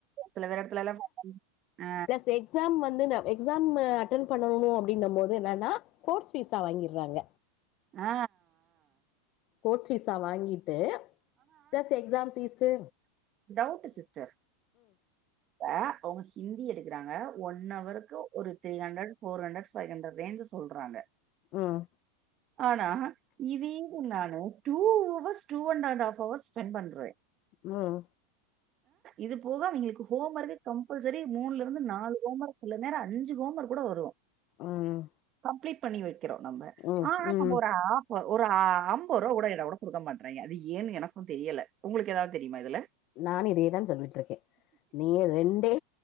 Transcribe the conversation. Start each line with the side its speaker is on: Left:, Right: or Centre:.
Right: சில எடத்துலலா அ
Left: ப்ளஸ் எக்ஸாம் வந்து ந எக்ஸாமு அட்டென் பண்ணணு அப்படின்னு போது என்னென்னா கோர்ஸ் ஃபீஸா வாங்கிற்றாங்க
Right: ஆ
Left: கோர்ஸ் ஃபீஸா வாங்கிட்டு plus exam fees
Right: doubt sister அ அவுங்க ஹிந்தி எடுக்றாங்க ஒன் அவருக்கு ஒரு three hundred four hundred five ஹண்ரட்லேந்து சொல்றாங்க
Left: ம்
Right: ஆனா இது இன்னானு டூ ஹவர்ஸ் டூ அண்ட்ண்ட் ஃப்ஹவர்ஸ் ஸ்பெண்ட் பண்றே
Left: ம்
Right: இது போக அவங்களுக்கு ஹோம் ஒர்க்கே கம்பல்சரி மூணுலருந்து நாலு ஹோம் ஒர்க் சில நேர அஞ்சு ஹோம் ஒர்க் கூட வருவோ
Left: ம்
Right: கம்ப்ளீட் பண்ணி வெக்கிறோ நம்ம
Left: ம்
Right: ஆனா
Left: ம்
Right: நம்ம ஒரு ஆப் ஒரு ஆ ஐம்பது ரூபா கூட எட கூட குடுக்க மாட்றாங்க அது ஏன்னு எனக்கு தெரியல உங்களுக்கு ஏதாவது தெரியுமா இதுல
Left: நானு இதேதா சொல்லிட்ருக்கே நீ ரெண்டே